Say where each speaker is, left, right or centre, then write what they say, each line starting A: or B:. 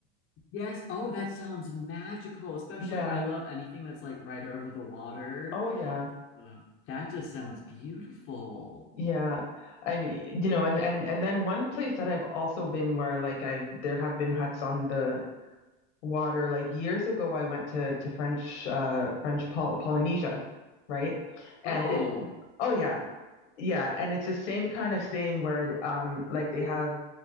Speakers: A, on the left; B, on the left.
A: Yes. Oh, that sounds magical. Especially
B: <laughs> yeah
A: I love anything that's like right over the water.
B: oh yeah
A: Uh, that just sounds beautiful.
B: yeah i mean you know and and and then one place that i've also been where like i've there have been huts on the water like years ago i went to to french uh french Pol- polynesia right and
A: Oh.
B: it oh yeah yeah, and it's the same kind of thing where um like they have